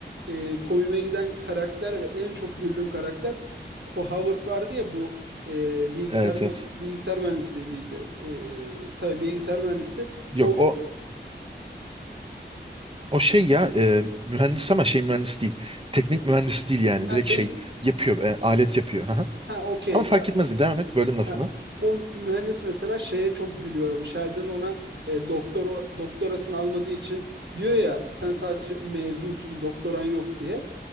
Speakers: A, on the right; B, on the right.
A: e, komiğime giden karakter ve en çok güldüğüm karakter Ho- Howard vardı ya bu e, bilgisayar
B: <laughs> evet
A: mü-
B: evet
A: bilgisayar mühendisi miydi? E, tabii bilgisayar mühendisi.
B: yok
A: O
B: o O şey ya e, mühendis ama şey mühendis değil. Teknik mühendis değil yani.
A: ha
B: Direkt
A: değil.
B: şey yapıyor. e, alet yapıyor. Aha.
A: Ha okey.
B: Ama fark etmez. Devam et. Bölüm lafını.
A: Ha, o mühendis mesela şeye çok gülüyorum. Sheldon ona e, doktor doktorasını almadığı için diyor ya sen sadece bir mezunsun, doktoran yok diye.